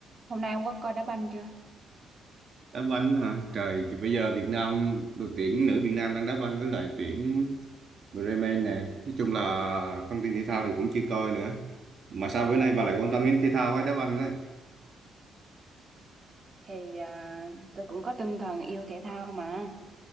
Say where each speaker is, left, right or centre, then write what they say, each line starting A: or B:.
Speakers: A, on the right (about 30°); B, on the right (about 50°).
A: Hôm nay ông có coi đá banh chưa?
B: đá banh hả trời thì bây giờ Việt Nam đội tuyển nữ Việt Nam đang đá banh với lại tuyển Bremen nè nói chung là thông tin thể thao thì cũng chưa coi nữa mà sao bữa nay bà lại quan tâm đến thể thao với đá banh đấy
A: Thì à, tôi cũng có tinh thần yêu thể thao mà.